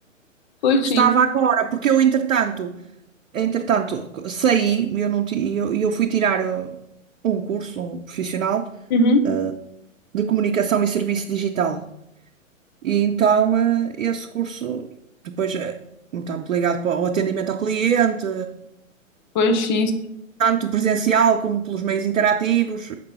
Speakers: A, on the left; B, on the right.
A: Pois
B: que
A: sim.
B: estava agora, porque eu, entretanto, entretanto, saí eu, não ti- e eu, eu fui tirar uh, um curso, um profissional,
A: Uhum.
B: uh, de comunicação e serviço digital. E então, uh, esse curso, depois, uh, como está muito ligado para o atendimento ao cliente,
A: Pois sim.
B: tanto presencial como pelos meios interativos.